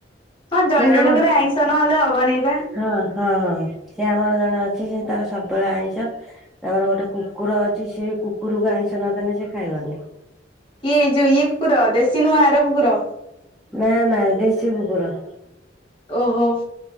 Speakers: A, on the left; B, in the centre.
A: ହଁ ଜଣ
B: ସେ ଆମ
A: ଜଣଙ୍କର ଆଇଁଷ ନହେଲେ ହବନାଇଁ ବା
B: ହଁ ହଁ ସେ ଆମର ଜଣେ ଅଛି ସେ ତାର ସବୁବେଳେ ଆଇଁଷ ତାପରେ ଗୋଟେ କୁକୁର ଅଛି ସେ କୁକୁରକୁ ଆଇଁଷ ନଦେଲେ ସେ ଖାଇବନି
A: କିଏ ଏଇ ଯୋଉ ଇଏ କୁକୁର ଦେଶୀ ନୁହଁ ଆର କୁକୁର
B: ନା ନା ଦେଶୀ କୁକୁର
A: ଓହୋ